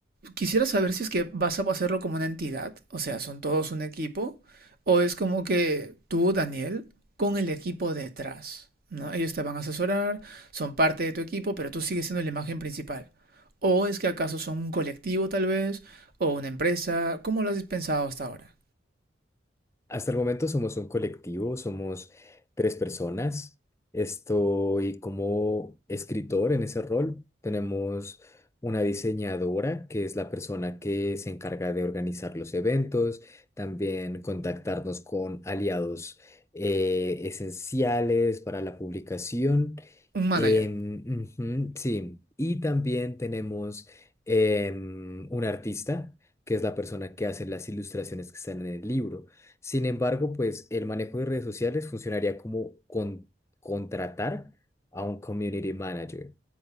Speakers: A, on the right; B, on the left.
A: quisiera saber si es que vas a hacerlo como una entidad, o sea, son todos un equipo, o es como que tú, Daniel, con el equipo detrás, ¿no? Ellos te van a asesorar, son parte de tu equipo, pero tú sigues siendo la imagen principal. ¿O es que acaso son un colectivo tal vez, o una empresa? ¿Cómo lo has pensado hasta ahora?
B: Hasta el momento somos un colectivo, somos tres personas. Estoy como escritor en ese rol. Tenemos una diseñadora, que es la persona que se encarga de organizar los eventos, también contactarnos con aliados eh, esenciales para la publicación.
A: Un manager.
B: Em, ujú, sí, y también tenemos em, un artista, que es la persona que hace las ilustraciones que están en el libro. Sin embargo, pues el manejo de redes sociales funcionaría como con- contratar a un community manager.